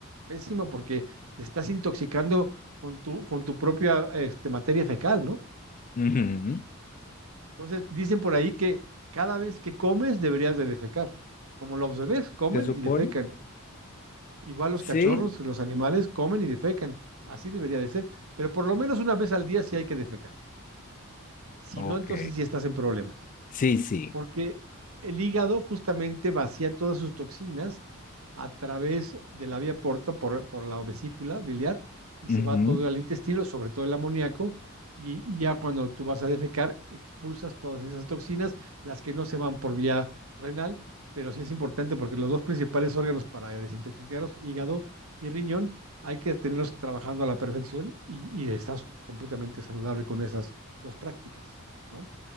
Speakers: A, on the right; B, on the left.
A: pésimo porque te estás intoxicando con tu, con tu propia este, materia fecal, ¿no?
B: Ujú.
A: Entonces, dicen por ahí que cada vez que comes deberías de defecar. Como los bebés comen
B: ¿Se supone?
A: y defecan. Igual los cachorros,
B: Sí.
A: los animales comen y defecan. Así debería de ser. Pero por lo menos una vez al día sí hay que defecar. Si
B: Ok.
A: no, entonces sí estás en problemas
B: Sí, sí.
A: porque el hígado justamente vacía todas sus toxinas a través de la vía porta por, por la vesícula biliar y
B: Ujú,
A: se va todo al intestino, sobre todo el amoníaco, y, y, ya cuando tú vas a defecar expulsas todas esas toxinas, las que no se van por vía renal, pero sí es importante porque los dos principales órganos para desintoxicarlos, hígado y riñón, hay que tenerlos trabajando a la perfección y, y estás completamente saludable con esas dos prácticas, ¿no?